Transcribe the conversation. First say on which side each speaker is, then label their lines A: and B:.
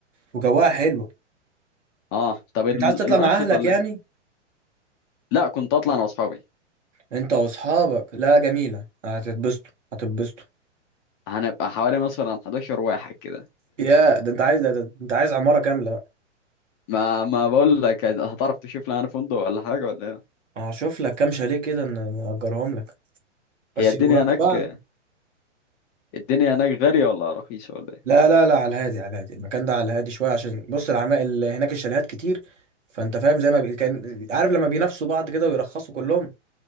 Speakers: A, on the right; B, on the left.
A: وجواها حلو
B: أه طب ال-
A: انت عايز تطلع
B: الأنشطة
A: مع اهلك
B: اللي
A: يعني
B: لا كنت أطلع أنا وأصحابي
A: انت واصحابك لا جميله هتتبسطوا هتتبسطوا
B: هنبقى حوالي مثلا 11 واحد كده
A: يا ده انت عايز ده, ده انت عايز عماره كامله بقى
B: ما ما بقول لك هتعرف تشوف لي انا فندق ولا حاجه ولا ايه
A: هشوف لك كام شاليه كده ن- نأجرهم لك
B: هي
A: بس
B: الدنيا
A: يبقوا جنب
B: هناك
A: بعض
B: الدنيا هناك غاليه ولا رخيصه ولا ايه
A: لا لا لا على الهادي على الهادي المكان ده على الهادي شويه عشان بص العمائل هناك الشاليهات كتير فانت فاهم زي ما بي... كان عارف لما بينافسوا بعض كده ويرخصوا كلهم